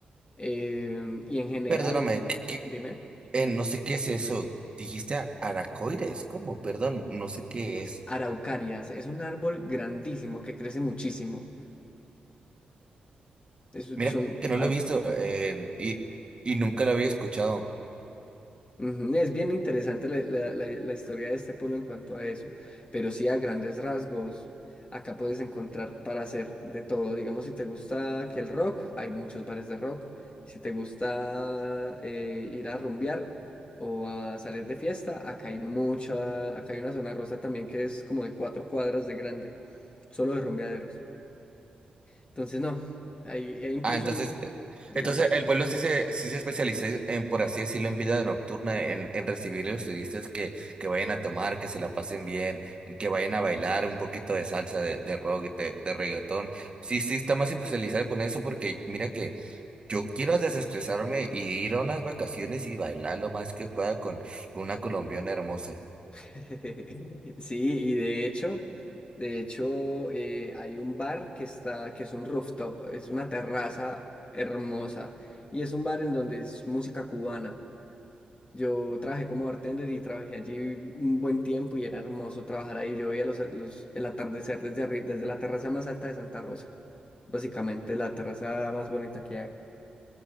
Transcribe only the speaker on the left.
em, y en general,
dime,
araucarias, es un árbol grandísimo que crece muchísimo. Es-
son
ar-
Ujú, Es bien interesante la, la- la- la historia de este pueblo en cuanto a eso, pero sí a grandes rasgos, acá puedes encontrar para hacer de todo. Digamos, si te gusta que el rock, hay muchos bares de rock. Si te gusta eh, ir a rumbear o a salir de fiesta, acá hay mucha, acá hay una zona rosa también que es como de cuatro cuadras de grande, solo de rumbeaderos. Entonces, no, hay, e incluso,
dime.
<laughs> Sí, y de hecho, de hecho, eh, hay un bar que está, que es un rooftop, es una terraza hermosa y es un bar en donde es música cubana. Yo trabajé como bartender y trabajé allí un buen tiempo y era hermoso trabajar ahí. Yo veía los, los- el atardecer desde arri- desde la terraza más alta de Santa Rosa. Básicamente la terraza más bonita que hay aquí,